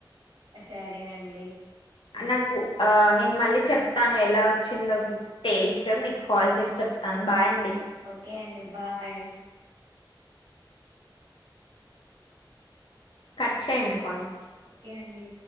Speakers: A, on the right; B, on the left.
A: సరే అండి
B: నాకు ఆ నేను మళ్ళీ చెప్తాను ఎలా వచ్చిందో టేస్ట్ మీకు కాల్ చేసి చెప్తాను బాయ్ అండి
A: ఓకే అండి బాయ్
B: కట్ చేయండి కొన్ని
A: ఓకే అండి